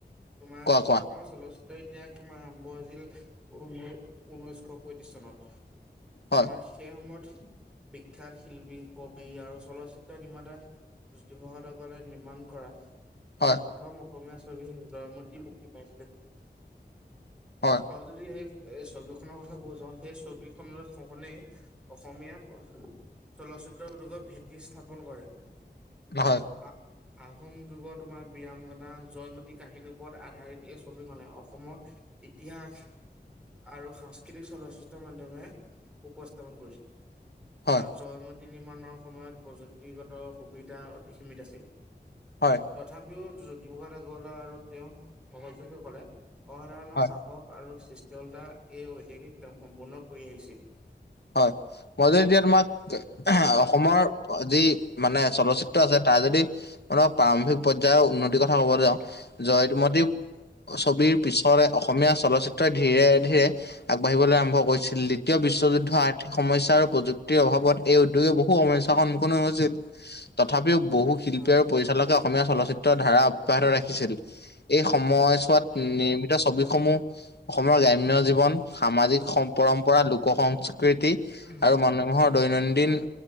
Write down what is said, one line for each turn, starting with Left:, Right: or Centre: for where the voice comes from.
Centre: তোমাৰ।
Left: কোৱা, কোৱা,
Centre: অসমৰ চলচ্চিত্ৰ তেতিয়া তোমাৰ আৰম্ভ হৈছিল ঊনৈ ঊনৈশ পয়ত্ৰিশ চনত। তোমাৰ
Left: হয়,
Centre: সেই সময়ত বিখ্যাত শিল্পী, কবি আৰু চলচ্চিত্ৰ নিৰ্মাতা জ্যোতিপ্ৰসাদ আগৰৱালাই নিৰ্মাণ কৰা, তোমাৰ
Left: হয়,
Centre: প্ৰথম অসমীয়া ছবি জয়মতি মুক্তি পাইছিলে।
Left: হয়।
Centre: আৰু যদি, সেই এই ছবিখনৰ কথা ক'ব যাওঁ সেই ছবিখনৰ নেই অসমীয়া চলচ্চিত্ৰ উদ্যোগৰ ভেটি স্থাপন কৰে।
Left: হয়।
Centre: আ আহোম যুগৰ তোমাৰ বিৰাংগনা জয়মতী কাহিনীৰ ওপৰত আধাৰিত। এই ছবি খনে অসমত ইতিহাস আৰু সাংস্কৃতিক চলচ্চিত্ৰ মাধ্যমেৰে উপস্থাপন কৰিছিল। তোমাৰ
Left: হয়,
Centre: জয়মতী নিৰ্মাণৰ সময়ত প্ৰযুক্তিগত সুবিধা অতি সীমিত আছিল।
Left: হয়।
Centre: তথাপিও, জ্যোতিপ্ৰসাদ আগৰৱালা আৰু তেওঁৰ সহযোগীসকলে অসাধাৰণ
Left: হয়।
Centre: সাহস আৰু সৃষ্টলতা এই ঐতিহাসিক কাম সম্পূৰ্ণ কৰি আহিছিল।
Left: হয়। মই যদি এতিয়া তোমাক
Centre: আৰু তোমাৰ
Left: অসমৰ
Centre: যদি মই
Left: যি মানে চলচ্চিত্
Centre: হয়
Left: আছে তাই যদি অলপ প্ৰাৰম্ভিক পৰ্যায়ৰ উন্নতিৰ কথা কব যাওঁ জয়মতী। ছবিৰ
Centre: উম
Left: পিছৰে অসমীয়া চলচ্চিত্ৰই ধীৰে, ধীৰে আগবাঢ়িবলৈ আৰম্ভ কৰিছিল লি তীয় বিশ্বযুদ
Centre: উম
Left: আৰ্থিক সমস্যা আৰু প্ৰযুক্তিৰ অভাৱত এই উদ্যোগে বহু সমস্যাৰ সন্মুখীন হৈছিল তথাপিও। বহু শিল্পী
Centre: হয়
Left: আৰু পৰিচালকে অসমীয়া চলচ্চিত্ৰৰ ধাৰা অব্যাহত ৰাখিছিল। এই সময়ছোৱাত
Centre: উম
Left: নিৰ্মিত
Centre: উম
Left: ছবিসমূহ। অসমৰ গ্ৰাম্য জীৱন, সামাজিক সম-
Centre: উম
Left: পৰম্পৰা, লোক সংস্কৃতি।
Centre: উম
Left: আৰু মানুমোহৰ দৈনন্দিন।
Centre: হয়